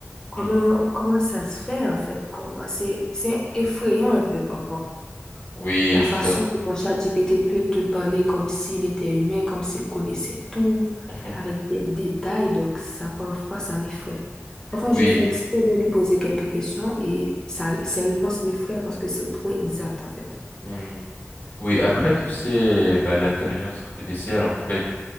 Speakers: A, on the left; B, on the left.
A: Comment,
B: mhm, mhm.
A: comment ça se fait en fait? Comment, c'est, c'est effrayant un peu parfois.
B: Oui,
A: La
B: je
A: façon
B: savais.
A: dont ChatGPT peut te parler comme s'il était humain, comme s'il connaissait tout,
B: <laughs>
A: avec des détails, donc ça, parfois, ça m'effraie. Parfois,
B: Oui.
A: je fais exprès de lui poser quelques questions et ça, ses réponses m'effraient parce que c'est trop exact, en fait.
B: mmh. Oui, après, tu sais, bah, l'intelligence artificielle, en fait,